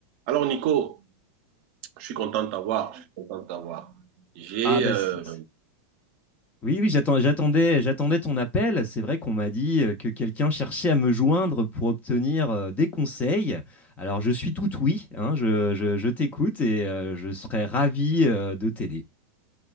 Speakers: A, on the right; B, on the left.
A: Alors, Nico, je suis content de t'avoir. Je suis content de t'avoir. J'ai.
B: Ah bah
A: euh,
B: c'est- c'est- oui, oui, j'attends- j'attendais, j'attendais ton appel. C'est vrai qu'on m'a dit euh, que quelqu'un cherchait à me joindre pour obtenir euh, des conseils. Alors je suis tout oui, hein, je, je- je t'écoute et euh, je serais ravi euh, de t'aider.